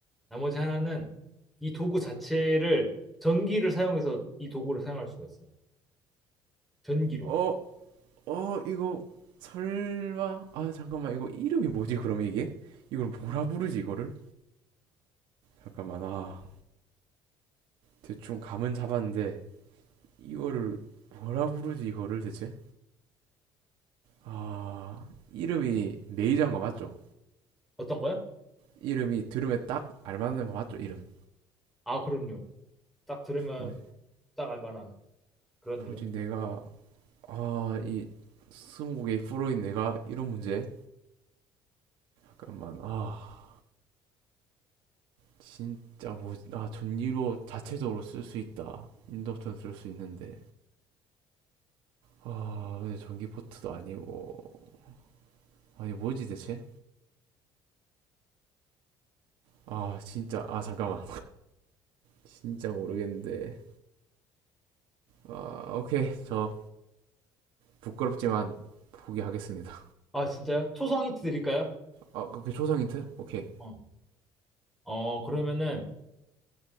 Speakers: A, in the centre; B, on the right (about 75°).
A: 나머지 하나는 이 도구 자체를 전기를 사용해서 이 도구를 사용할 수가 있어요. 전기로.
B: 어, 어, 이거 설마 아, 잠깐만. 이거 이름이 뭐지? 그러면 이게? 이걸 뭐라 부르지 이거를? 잠깐만. 아, 대충 감은 잡았는데 이거를 뭐라 부르지 이거를 대체? 아, 이름이 메이저인 거 맞죠?
A: 어떤 거요?
B: 이름이 들으면 딱 알맞는 거 맞죠? 이름.
A: 아, 그럼요. 딱 들으면
B: 뭐,
A: 딱 알만한 그런 이름.
B: 뭐지 내가 아, 이 스무고개 프로인 내가 이런 문제? 잠깐만. 아, 진짜 뭐, 아, 전기로 자체적으로 쓸 수 있다. 인덕션 쓸 수 있는데. 아, 근데 전기포트도 아니고. 아니, 뭐지 대체? 아, 진짜. 아, 잠깐만. 진짜 모르겠는데. 아, 오케이. 저 부끄럽지만 포기하겠습니다.
A: 아, 진짜요? 초성 힌트 드릴까요?
B: 아, 그 초성 힌트? 오케이.
A: 어, 어, 그러면은